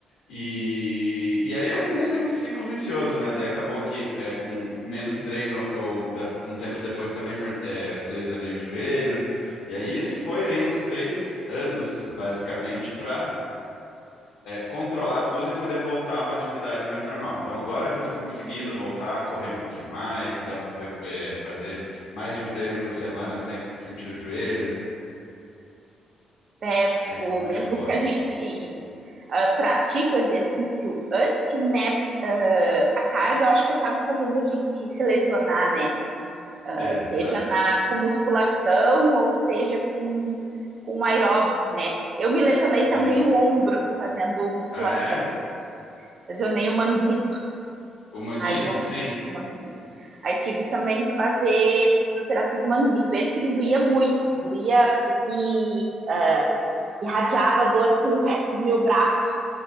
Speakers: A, on the left (about 85°); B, on the right (about 50°).
A: E, e aí é um- meio que um ciclo vicioso, né? Daí acabou que é, com menos treino, eu da- um tempo depois também for- é, lesionei o joelho. E aí isso foi aí uns três anos, basicamente, para controlar tudo e poder voltar a uma atividade mais normal. Então agora que eu tô conseguindo voltar a correr um pouquinho mais, dá para fazer mais de um treino por semana sem sentir o joelho,
B: é, tipo,
A: aí fica mais
B: mesmo
A: de boa.
B: que a gente ah, pratique o exercício antes, né? ah, a carga, eu acho que acaba fazendo a gente se lesionar, né? uh,
A: Exato.
B: seja na com musculação ou seja com, com aeróbico, né? Eu me lesionei
A: Sim.
B: também o ombro fazendo musculação.
A: Ah, é?
B: Lesionei o manguito,
A: O manguito,
B: aí eu
A: sim.
B: manguito. Aí tive também que fazer fisioterapia do manguito. Esse me doía muito, doía que uh, irradiava dor pro resto do meu braço,